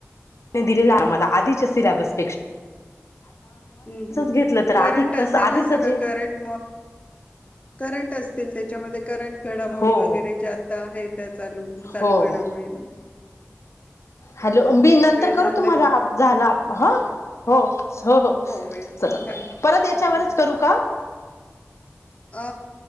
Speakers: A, on the left; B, on the left.
A: दिलेला आम्हाला आधीच्या सिलेॅबस....
B: हम्म
A: घेतलं तर आधी
B: करंट
A: कसं
B: असे
A: आधीच
B: ना सगळं
A: जे
B: करंट करंट असतील. त्याच्यामध्ये करंट..... घडामोडी
A: हो
B: वगैरे आता आहेत... चालू चालू
A: हो
B: घडामोडा मध्ये...
A: हॅलो मी नंतर
B: झालाय
A: करू तुम्हाला झालं ह हो हो हो
B: वेळ
A: चला
B: काय थँक्यू
A: परत याच्यावरच करू का
B: अ